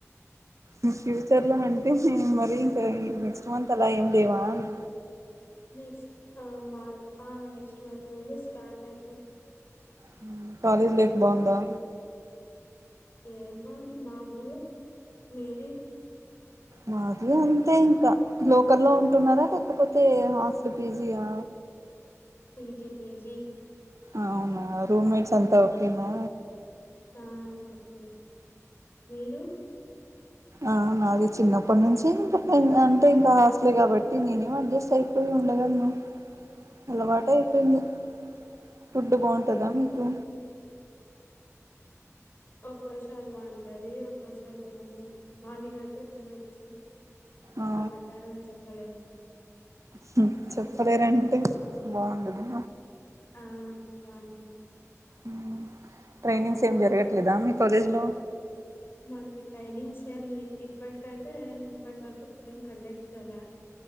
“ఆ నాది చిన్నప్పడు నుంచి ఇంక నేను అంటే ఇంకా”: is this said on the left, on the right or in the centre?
Right